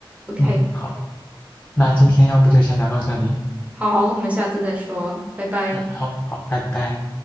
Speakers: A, on the right; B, on the left.
A: OK，
B: 嗯，好，那今天要不就先聊到这里。
A: 好，我们下次再说，拜拜。
B: 嗯，好好，拜拜。